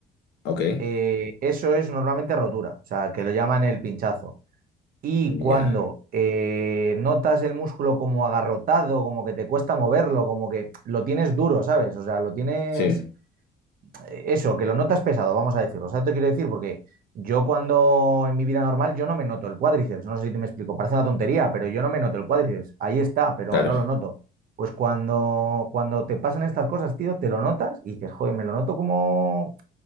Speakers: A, on the left (about 80°); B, on the right (about 55°).
A: ok,
B: eh, eso es normalmente rotura. O sea, que lo llaman el pinchazo. Y cuando
A: ya,
B: eh, notas el músculo como agarrotado, como que te cuesta moverlo, como que lo tienes duro, ¿sabes? O sea, lo tienes
A: sí,
B: eso, que lo notas pesado, vamos a decirlo. ¿Sabes te quiero decir? Porque yo cuando en mi vida normal yo no me noto el cuádriceps, no sé si te me explico, parece una tontería, pero yo no me noto el cuádriceps, ahí está, pero
A: claro,
B: no lo noto. Pues cuando, cuando te pasan estas cosas, tío, te lo notas y dices, joder, me lo noto como,